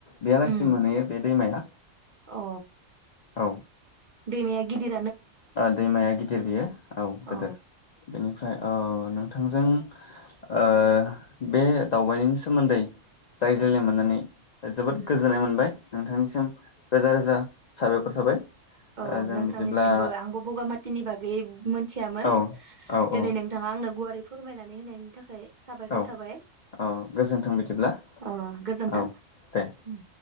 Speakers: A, on the left; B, on the right.
A: बेयालासिम
B: उम
A: मोनहैयो बे दैमाया।
B: अ
A: औ
B: दैमाया गिदिद
A: ओ दैमाया गिदिर बेयो औ गोदोर
B: अ
A: बेनि ओमफ्राय औ नोंथांजों ओ बे दावबायनायनि सोमोन्दै रायज्लायनो
B: औ
A: मोननानै जोबोद
B: उम
A: गोजोननाय मोनबाय। नोंथांनिसिम रोजा रोजा साबायखर थाबाय।
B: औ
A: ओ जों
B: नोंथांनिसिमबो
A: बिदिब्ला
B: आंबो बगामातिनि बागै मिथियामोन
A: औ
B: दिनै
A: औ
B: नोंथाङा आंनो गुवारै फोरमायनानै होनायनि थाखाय साबायखर
A: औ
B: थाबाय
A: औ गोजोन्थों बिदिब्ला
B: ओ गोजोन्थों
A: औ दे
B: उम